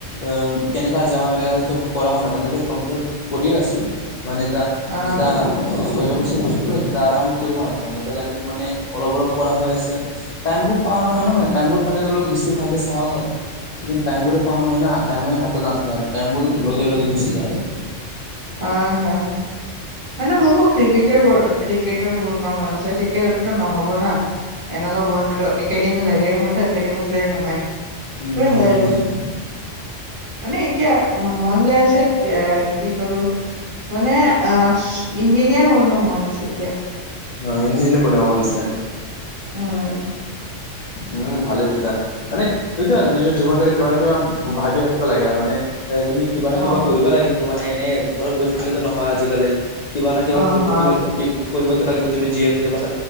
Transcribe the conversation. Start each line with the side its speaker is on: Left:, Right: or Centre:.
Left: অ কেনেকা যাওঁ এনেকা সেটো কৰা হোৱা নাই মানে কম্পিউটাৰ কৰিয়ে আছোঁ মানে এ টা
Right: অ
Left: যেতিয়া হৈ যাব চব বস্তু তেতিয়া আৰামত কৰিম আৰু মানে লাগে তো মানে অলপ অলপ কৰা হৈ আছে টাইম বোৰ পোৱা নহয়
Right: উম
Left: ন মানে টাইম সেইফালে অলপ বেছি ভালকে চাও হয়', কিন্তু টাইমবোৰে পোৱা নাই না টাইমে হাতত নাছিলে আৰু টাইমবোৰ লগে লগে গুচি যায় আৰু',
Right: হ', হা', মানে মোকো ক্ৰিকেটাৰ ব, ক্ৰিকেটাৰ বনোৱাৰ মন আছে তেতিয়া এইটোতো নহ'ব না', এনেকুৱা বন্ধ একেডেমি লাগে মইতো একেডেমি প্লেলিয়াৰ নহয়',
Left: উম
Right: হেতু হয় আৰু
Left: বুজিছো
Right: মানে এতিয়া', মন যাই আছে কিবা কি', আৰু মানে অ', ইঞ্জিনিয়াৰ বনিব মন আছে এতিয়া',
Left: অ', ইঞ্জিনিয়াৰ বনিব মন আছে',
Right: উম',
Left: উম', ভালে তেতিয়া', মানে সেইটোৰ কাৰণে নিজৰ জীৱন কৰি কিবা নে কিবা ভা ভাবি ৰাখিব লাগে আৰু মানে এ তুমি', কিবা ন
Right: অ
Left: কিবা কৰিব লাগিব মানে এনে ঘৰত বহি থাকিলেতো নহয় আজিকালি', কিবা না কিবা
Right: অ
Left: কৰি
Right: হয়
Left: থাকিবলে কি', কৰিব লাগিব তুমি জীয়াই থাকিবোৰ